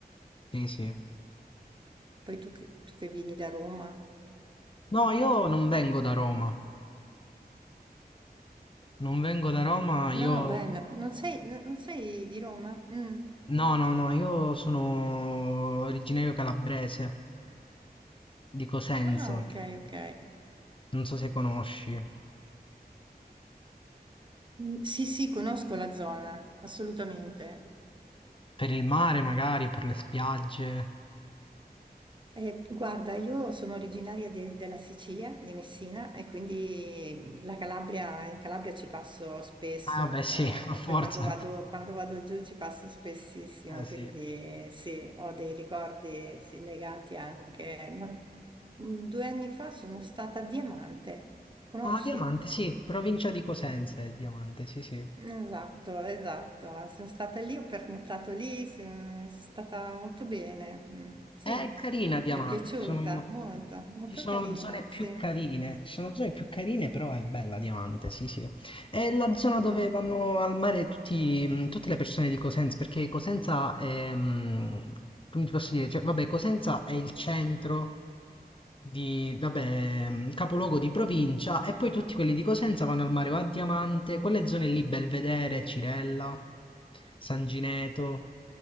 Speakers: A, on the left; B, on the right.
A: Sì, sì.
B: Poi tu che, tu che vieni da Roma.
A: No, io non vengo da Roma. Non vengo da Roma,
B: No,
A: io...
B: beh, no, non sei, no- non sei di Roma? Mm.
A: No, no, no, io sono originario calabrese, di Cosenza.
B: Ah, ok, ok.
A: Non so se conosci.
B: Mm, Sì, sì, conosco la zona, assolutamente.
A: Per il mare magari, per le spiagge.
B: Eh, guarda, io sono originaria de- della Sicilia, di Messina, e quindi la Calabria, in Calabria ci passo spesso,
A: Ah beh
B: eh,
A: sì, <laughs> a forza.
B: poi quando vado, quando vado giù ci passo spessissimo,
A: Eh sì.
B: quindi eh, sì, ho dei ricordi sì, legati anche. Ma mm, due anni fa sono stata a Diamante, conosci?
A: Ah, Diamante, sì, provincia di Cosenza è Diamante, sì sì.
B: Esatto, esatto. Sono stata lì, ho pernottato lì, se- sono stata molto bene. Mm, sì,
A: È carina Diamante,
B: mi è piaciuta
A: ci sono,
B: molto, molto
A: ci sono
B: carina,
A: zone più
B: sì.
A: carine, ci sono zone più carine, però è bella Diamante, sì sì. È la zona
B: Mm.
A: dove vanno al mare tutti, mh, tutte le persone di Cosenza, perché Cosenza è, mh, come ti posso dire, cioè, vabbè, Cosenza è il centro di, vabbè, mh, capoluogo di provincia e poi tutti quelli di Cosenza vanno al mare o a Diamante, quelle zone lì, Belvedere, Cirella, San Gineto,